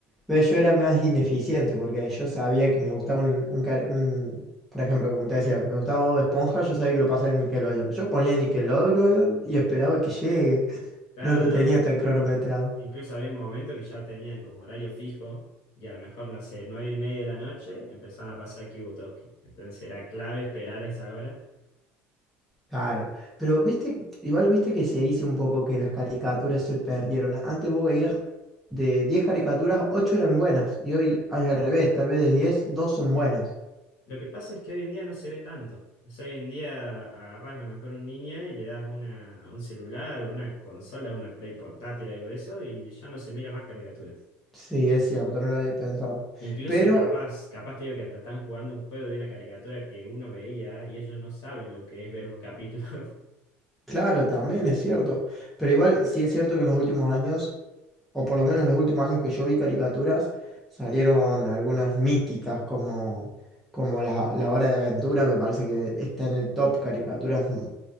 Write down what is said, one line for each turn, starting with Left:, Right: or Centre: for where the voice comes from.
Centre: ve, yo era más ineficiente porque yo sabía que me gustaba un, un, care- un- por ejemplo, como te decía, me gustaba Bob Esponja, yo sabía que lo pasaba en Nickelodeon. Yo ponía Nickelodeon y esperaba que llegue.
Left: Claro,
Centre: No lo
Left: no.
Centre: tenía tan cronometrado.
Left: Incluso había un momento que ya tenían como horario fijo y a lo mejor, no sé, nueve y media de la noche empezaron a pasar Kibutoski. Entonces era clave esperar a esa hora.
Centre: Claro. Pero viste, igual viste que se dice un poco que las caricaturas se perdieron. Antes vos veías de 10 caricaturas, 8 eran buenas. Y hoy es al revés, tal vez de 10 2 son buenas.
Left: Lo que pasa es que hoy en día no se ve tanto. O sea, hoy en día agarrás a lo mejor un niño y le das una, un celular o una consola, una Play portátil, algo de eso, y ya no se mira más caricaturas.
Centre: Sí, es cierto, no lo había pensado.
Left: Incluso
Centre: Pero
Left: capaz, capaz te digo que hasta están jugando un juego de una caricatura que uno veía y ellos no saben lo que es ver los capítulos. <laughs>
Centre: Claro, también es cierto. Pero igual sí es cierto que en los últimos años, o por lo menos en los últimos años que yo vi caricaturas, salieron algunas míticas como, como la, la Hora de Aventura, me parece que está en el top caricaturas m-